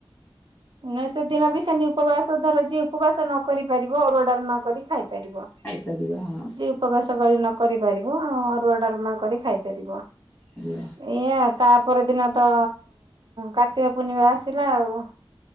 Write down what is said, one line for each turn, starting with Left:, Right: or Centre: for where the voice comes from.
Right: ନା ସେଦିନ ବି ସେନି ଉପବାସ ଧର ଯିଏ ଉପବାସ ନ କରି ପାରିବ ନ କରି ଖାଇ ପାରିବ।
Left: ଖାଇପାରିବ ହଁ
Right: ଯିଏ ଉପବାସ କରି ନ କରି ପାରିବ ଆଉ ଅରୁଆ ଡାଲମା କରି ଖାଇପାରିବ।
Left: ଖାଇପାରିବ
Right: ଏଇଆ ତାପରଦିନ ତ- କାର୍ତ୍ତିକ ପୂର୍ଣ୍ଣିମା ଆସ୍ ଥିଲା ଆଉ।